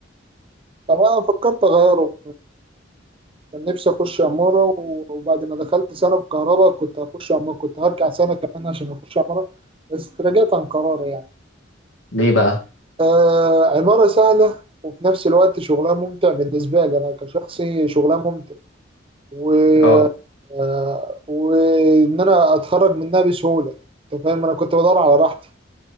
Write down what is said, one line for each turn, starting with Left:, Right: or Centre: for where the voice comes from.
Right: طب انا فكرت اغيره كان نفسي اخش عمارة وبعد ما دخلت سنة في كهرباء كنت هخش عمارة كنت هرجع سنة كمان عشان اخش عمارة بس تراجعت عن قراري يعني
Left: ليه بقى
Right: آه عمارة سهلة وفي نفس الوقت شغلها ممتع بالنسبة لي انا كشخصي شغلها ممتع و
Left: اه
Right: آه وان انا اتخرج منها بسهولة انت فاهم انا كنت بدور على راحتي